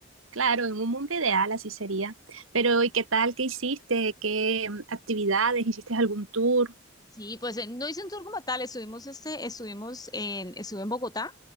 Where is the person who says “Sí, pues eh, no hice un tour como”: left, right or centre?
Left